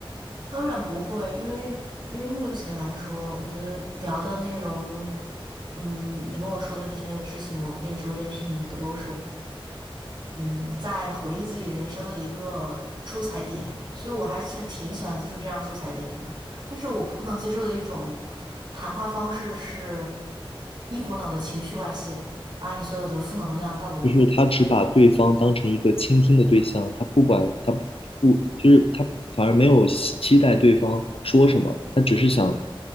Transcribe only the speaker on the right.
当然不会，因为因为目前来说，我觉得聊的内容，嗯，你跟我说的这些事情，我跟你说这些事情都，嗯，在回忆自己人生的一个出彩点，所以我还是挺喜欢接触这样出彩点的。但是我不能接受的一种谈话方式是，一股脑的情绪外泄，把你所有的负能量倒给我。